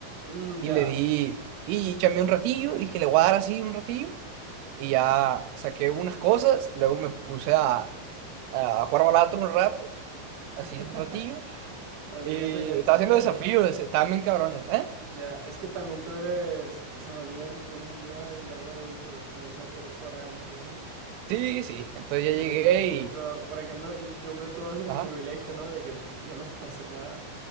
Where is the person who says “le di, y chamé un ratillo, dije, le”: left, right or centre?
Right